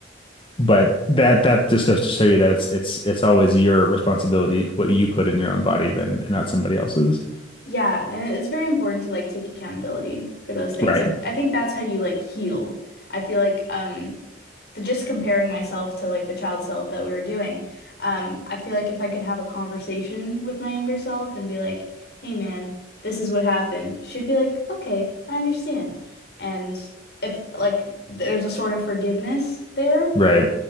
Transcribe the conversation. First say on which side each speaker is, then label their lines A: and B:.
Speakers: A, on the left; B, on the left.
A: But that that just goes to show you that it's it's it's always your responsibility what you put in your own body than and not somebody else's.
B: Yeah, and it's very important to like take accountability for those things.
A: Right.
B: I, I think that's how you like heal. I feel like um the just comparing myself to like the child self that we were doing. Um I feel like if I could have a conversation with my younger self and be like, "Hey man, this is what happened." She'd be like, "Okay, I understand." And if like there's a sort of forgiveness there
A: Right.